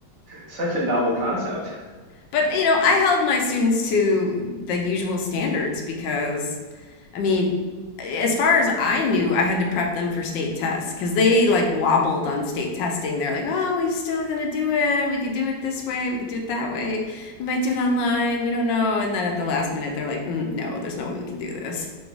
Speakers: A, on the right; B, on the left.
A: Such a novel concept.
B: But you know, I held my students to the usual standards because I mean, as far as I knew, I had to prep them for state tests because they like wobbled on state testing. They're like, "Oh, we're still gonna do it. We could do it this way. We could do it that way. We might do it online. We don't know." And then at the last minute, they're like, mm, "No, there's no way we can do this."